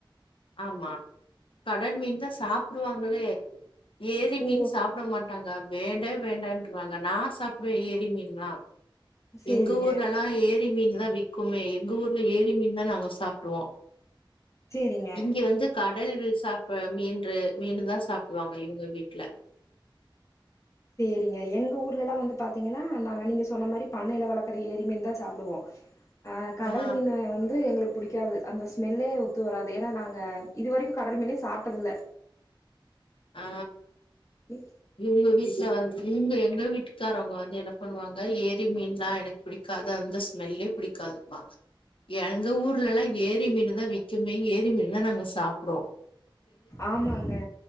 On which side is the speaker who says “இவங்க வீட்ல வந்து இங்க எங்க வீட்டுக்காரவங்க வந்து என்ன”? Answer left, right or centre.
Left